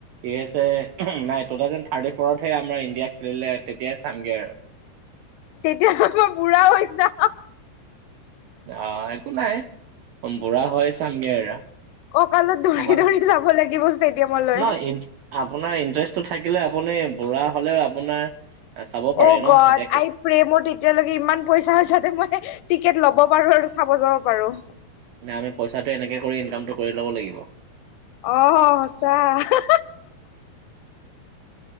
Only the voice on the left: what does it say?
তেতিয়া আক বুঢ়া হৈ যাম।
ককালত ধৰি
ধৰি যাব লাগিব ষ্টেডিয়ামলৈ।
অ
গদ।
প্ৰেমৰ তেতিয়ালৈকে ইমান পইচা যাতে মই টিকেট লব পাৰো আৰু চাব যাব পাৰো।
অ সঁচা হা হা।